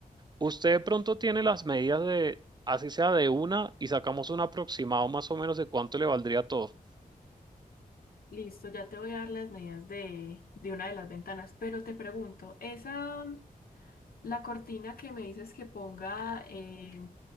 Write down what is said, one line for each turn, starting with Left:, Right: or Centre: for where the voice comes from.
Right: Usted de pronto tiene las medidas de, así sea de una, y sacamos un aproximado más o menos de cuánto le valdría todo.
Left: Listo, ya te voy a dar las medidas de, de una de las ventanas, pero te pregunto, esa, mm, la cortina que me dices que ponga eh,